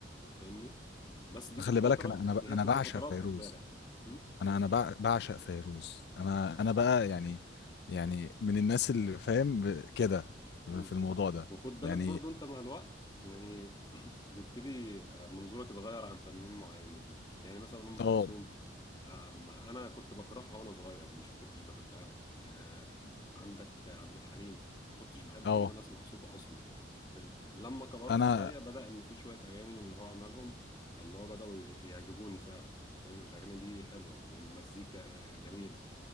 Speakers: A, on the left; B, on the left.
A: فاهمني بس دي
B: خلي
A: كانت فترة
B: بالك انا انا ب-
A: هي
B: انا
A: بتبقى
B: بعشق
A: فترات
B: فيروز
A: خد بالك م?
B: انا انا بع- بعشق فيروز انا انا بقى يعني يعني من الناس اللي فاهم ب- كده
A: مم.
B: في الموضوع ده
A: وخد بالك
B: يعني
A: برضو انت مع الوقت يعني <clears throat> بيبتدي آه، منظورك يتغير عن فنانين معينين يعني مثلا ام
B: اه
A: كلثوم آم، انا كنت بكرهها وانا صغير مش ما كنتش بحبها آه، عندك عبد الحليم ما كنتش بحب
B: اه
A: ان انا اسمع صوته اصلا فاهم لما كبرت
B: انا
A: شويه بدا ان في شويه اغاني من اللي هو عملهم اللي هو بداوا يعجبوني فعلا فاهم الاغاني دي حلوه والمزيكا جميله